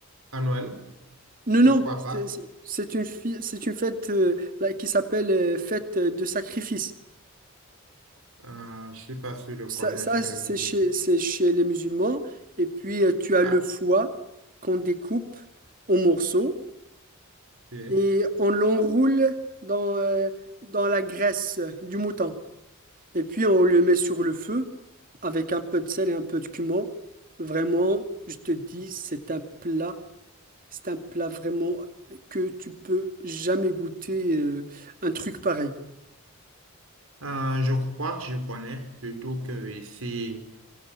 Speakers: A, on the right; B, on the right.
A: à Noël
B: Non,
A: ou
B: non,
A: à
B: c'est
A: Pâques,
B: c'est- c'est une, fi- c'est une fête euh, là, qui s'appelle euh, fête euh, de sacrifice.
A: euh, je suis pas sûr de connaître,
B: Ça, ça,
A: mais
B: c'est
A: oui.
B: chez, c'est chez les musulmans. Et puis, euh, tu as
A: Ah,
B: le foie qu'on découpe en morceaux
A: oui.
B: et on l'enroule dans, euh, dans la graisse du mouton. Et puis, on le met sur le feu avec un peu de sel et un peu de cumin. Vraiment, je te dis, c'est un plat, c'est un plat vraiment que tu peux jamais goûter euh, un truc pareil.
A: Euh, je crois que je connais, surtout que ici.